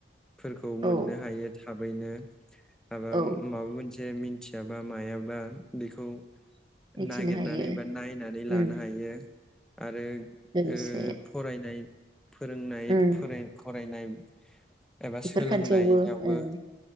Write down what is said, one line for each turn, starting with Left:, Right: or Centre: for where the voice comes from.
Centre: फोरखौ मोननो
Right: औ
Centre: हायो थाबैनो माबा
Right: औ
Centre: माबा मोनसे थियाबा मायाबा बेखौ
Right: मिथिनो
Centre: नागिरनानै
Right: हायो
Centre: बा नायनानै लानो
Right: उम
Centre: हायो। आरो ओ
Right: लोगोसे
Centre: फरायनाय फोरोंनाय
Right: उम
Centre: फोरै <unintelligible> बायनाय एबा
Right: बेफोर
Centre: सोलोंनायावबो
Right: खान्थियावबो उम